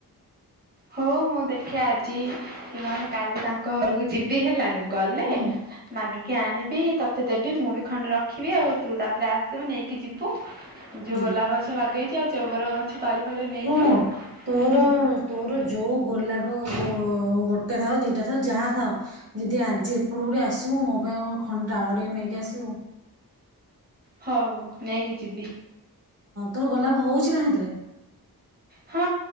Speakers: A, on the right (about 25°); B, on the right (about 40°).
A: ହଉ ମୁଁ ଦେଖିଆ ଆଜି କି ନହେଲେ କାଲି ତାଙ୍କ ଘରକୁ ଯିବି ହେଲା। ଗଲେ
B: ହୁଁ।
A: ମାଗିକି ଆଣି ବି ତତେ ଦେବି ମୁଁ ବି ଖଣ୍ଡେ ରଖିବି ଆଉ ତୁ ତାପରେ ଆସିବୁ ନେଇକି ଯିବୁ ଯୋଉ
B: ହୁଁ
A: ଗୋଲାପ ଗଛ ଲଗେଇଚି ଆଉ ଟଗର ଗଛ ତଳି ଫଳି ନେଇଯିବୁ।
B: ଶୁଣୁ ତୋର
A: ହୁଁ।
B: ତୋର ଯୋଉ ଗୋଲାପ ଗୋ-ଗୋଟେ ଥାଉ ଦିଟା ଥାଉ ଯାହା ଥାଉ ଯଦି ଆଜି ଏପଟୁ ଟିକେ ଗୋଟେ ଆସିବୁ ମୋ ପାଇଁ ଖଣ୍ଡ ଡାଳ ଟିକେ ନେଇକି ଆସିବୁ।
A: ହଉ। ନେଇକି ଯିବି।
B: ତୋ ଗୋଲାପ ହଉଛି ନା ସେଥିରେ?
A: ହଁ